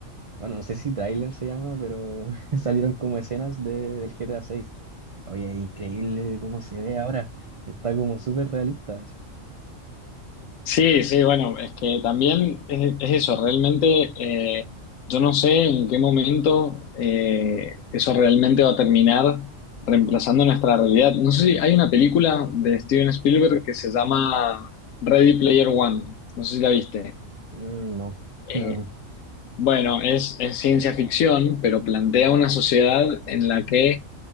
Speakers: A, on the right (about 55°); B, on the left (about 80°).
A: Bueno, no sé si tráiler se llama, pero <laughs> salieron como escenas de, del GTA 6. Oye, increíble cómo se ve ahora. Está como súper realista.
B: Sí, sí, bueno, es que también es, es eso, realmente eh, yo no sé en qué momento eh, eso realmente va a terminar reemplazando nuestra realidad. No sé si hay una película de Steven Spielberg que se llama Ready Player One, no sé si la viste.
A: Mm, No, <laughs>
B: Eh,
A: no,
B: bueno, es, es ciencia ficción, pero plantea una sociedad en la que